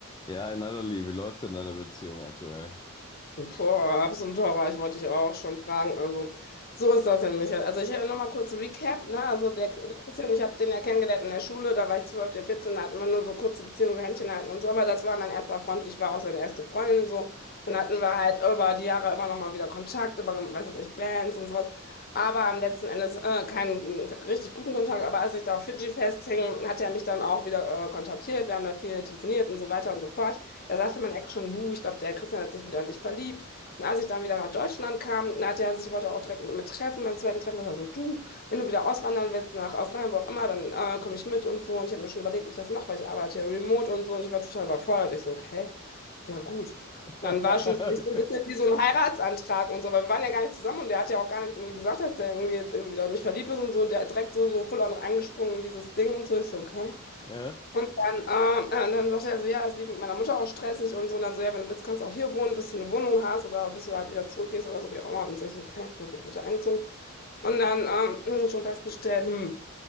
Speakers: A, on the left; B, on the left.
A: Ja, Natalie, wie läuft denn deine Beziehung aktuell?
B: Boah, absolut Horror. Ich wollte dich auch schon fragen. Also, so ist das denn, Michael. Also, ich äh, noch mal kurz Recap. Ne? Also, der, der Christian, ich habe den ja kennengelernt in der Schule. Da war ich 12, der 14. da hatten wir nur so kurze Beziehungen, so Händchen halten und so. Aber das war mein erster Freund. Ich war auch seine erste Freundin. So. Dann hatten wir halt über die Jahre immer noch mal wieder Kontakt, über, weiß was ich, Bands und sowas. Aber am letzten Endes äh, keinen äh, richtig guten Kontakt. Aber als ich da auf Fidschi festhing, hat er mich dann auch wieder äh, kontaktiert. Wir haben da viel telefoniert und so weiter und so fort. Da sagte mein Ex schon, du, ich glaube, der Christian hat sich wieder in dich verliebt. Und als ich dann wieder nach Deutschland kam, da hat er sich, wollte er auch direkt mit, mir treffen beim zweiten Treffen. Da sagt er so, du, wenn du wieder auswandern willst nach Australien, wo auch immer, dann äh, komme ich mit und so. Und ich habe mir schon überlegt, wie ich das mache, weil ich arbeite ja remote und so. Und ich war total überfordert. Ich so, okay, ja gut. Und
A: <laughs>
B: dann war schon für mich so ein bisschen wie so ein Heiratsantrag und so. Aber wir waren ja gar nicht zusammen und der hat ja auch gar nichts irgendwie gesagt, dass der irgendwie jetzt irgendwie wieder in mich verliebt ist und so. Und der hat direkt so, so full on reingesprungen in dieses Ding und so. Ich so, okay.
A: Ja,
B: Dann, äh, äh, dann sagt er so, ja, das lief mit meiner Mutter auch stressig und so. Und dann so, ja, wenn du willst, kannst du auch hier wohnen, bis du eine Wohnung hast oder bis du halt wieder zurückgehst oder so, wie auch immer. Und ich so, okay, ja gut, bin ich ja eingezogen. Und dann ähm, hm, schon festgestellt, hm,